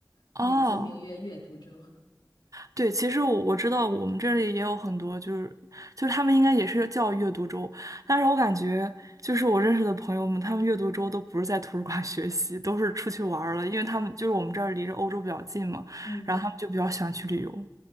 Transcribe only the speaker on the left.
美其名曰阅读周。<laughs>
嗯，